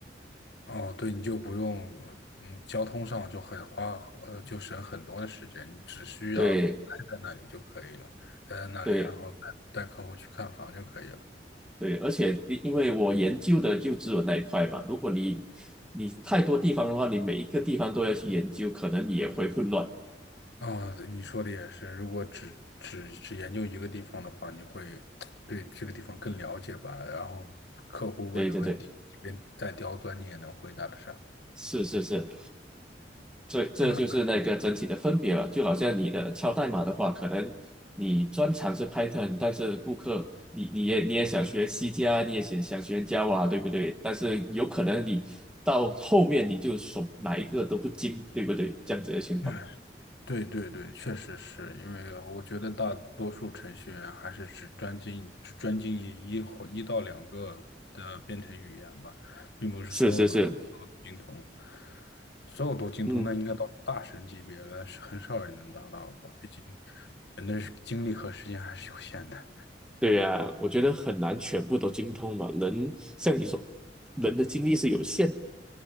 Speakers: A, on the left (about 70°); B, in the centre.
A: 哦，对，你就不用，嗯，交通上就很花，呃，就省很多的时间，你只需要待在那里就可以了，
B: 对
A: 待在那里，
B: 对
A: 然后带带客户去看房就可以了。
B: 对，而且因因为我研究的就只有那一块嘛，如果你你太多地方的话，你每一个地方都要去研究，可能也会混乱。
A: 啊，对你说的也是。如果只只只研究一个地方的话，你会对这个地方更了解吧？然后客户问的问题，
B: 对对对，
A: 即便再刁钻，你也能回答得上，
B: 是是是，这这就是那个整体的分别了。
A: 这还蛮有意思的。
B: 就好像你的敲代码的话，可能你专长是 Python，但是顾客你你也你也想学 C 加，你也想想学 Java，对不对？但是有可能你到后面你就手哪一个都不精，对不对？这样子的情况。
A: 哎对对对，确实是因为我觉得大多数程序员还是只专精只专精于一或一到两个的编程语言吧，并不是所有的都都精通，
B: 是是是，
A: 所有都精通，
B: 嗯，
A: 那应该到大神级别了，是很少人能达到吧？毕竟人的精力和时间还是有限的。
B: 对呀，我觉得很难全部都精通嘛。人像你说，人的精力是有限。